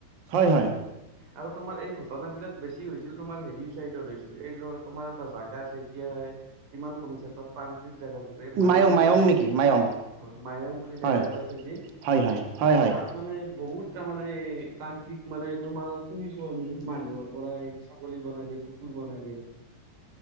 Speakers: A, on the right; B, on the right.
A: হয় হয়
B: আৰু তোমাৰ এই ঘটনাবলাক বেছি হৈছিল তোমাৰ হেৰি চাইডত হৈছিল এই তোমাৰ এটা জাগগা আছে এতিয়া কিমান কমিছে তাত তান্ত্ৰিক জোগা বুলি কয় মায়াং
A: মায়ং মায়ং
B: বলা যি
A: নেকি মায়ং
B: অ' মায়ং বুলি জেগা
A: হয়
B: এটা আছে যি
A: হয় হয় হয় হয়
B: তাত মানে বহুত এটা মানে তান্ত্ৰিক মানে তোমাৰ শুনিছো আমি মানুহৰ পৰাই ছাগলী বনাই দিয় কুকুৰ বনাই দে